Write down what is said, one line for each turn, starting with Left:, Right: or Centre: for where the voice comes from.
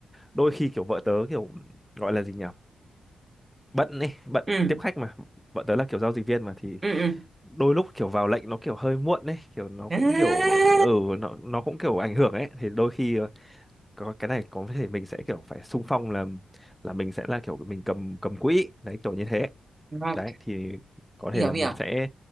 Centre: đôi khi kiểu vợ tớ kiểu gọi là gì nhỉ bận ấy bận
Right: ừ
Centre: tiếp khách mà vợ tớ là kiểu giao dịch viên mà thì
Right: ừ ừ
Centre: đôi lúc kiểu vào lệnh nó kiểu hơi muộn ấy kiểu nó
Right: à,
Centre: cũng kiểu ừ nó nó cũng kiểu ảnh hưởng ấy thì đôi khi ờ, có cái này có thể mình sẽ kiểu phải xung phong là là mình sẽ là kiểu mình cầm cầm quỹ đấy kiểu như thế
Right: vâng,
Centre: đấy thì có
Right: hiểu
Centre: thể là
Right: hiểu
Centre: mình sẽ